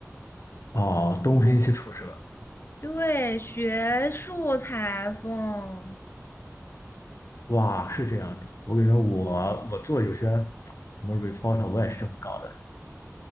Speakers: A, on the left; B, on the left.
A: 的？哦，东拼西凑是吧？
B: 对，学术裁缝，
A: 哇，是这样的，我感觉我我做有些什么 report，我也是这么搞的。